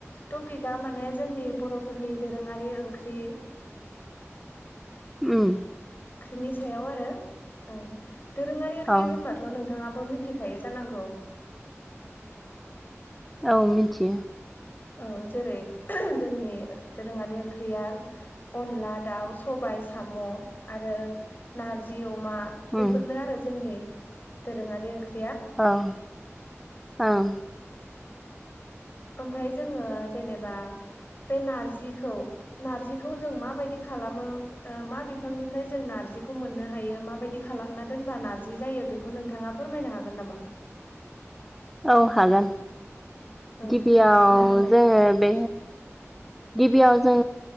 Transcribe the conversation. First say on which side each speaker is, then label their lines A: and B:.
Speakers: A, on the left; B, in the centre.
A: टपिकआ माने जोंनि बर'फोरनि दोरोङारि ओंख्रि।
B: उम
A: ओंख्रिनि सायाव आरो ओं। दोरोङारि ओख्रि
B: औ
A: होनबाथ' नों नोंथाङाबो मिथिखायो जानांगौ।
B: औ मिथियो।
A: औ जेरै जोंनि दोरोङारि ओंख्रिया अनला दाउ सबाय साम' आरो नारजि अ अमा बेफोरनो
B: उम
A: आरो जोंनि दोरोङारि ओंख्रि
B: औ औ
A: ओमफ्राय जोङो जेनेबा बे नारजिखौ नारजिखौ जों माबायदि खालामो ओ मा बिफांनिफ्राय जों नारजिखौ मोननो हायो माबायदि खालामना दोनबा नारजि जायो बेखौ नोंथाङा फोरमायनो हागोन नामा?
B: औ हागोन।
A: औ
B: गिबियाव
A: दे फोरमायना होलाय
B: जोङो बे गिबियाव जों